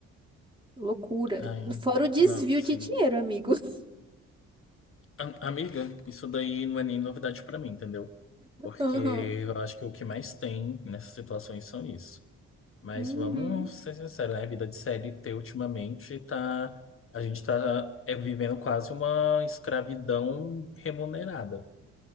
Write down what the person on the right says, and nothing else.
Loucura.
Fora o desvio
de dinheiro, amigo. <laughs>
Aham.
Uhum.